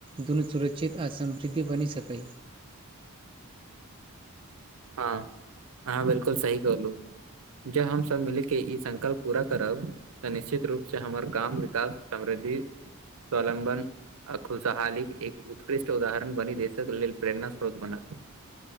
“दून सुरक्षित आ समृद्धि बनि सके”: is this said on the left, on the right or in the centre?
Right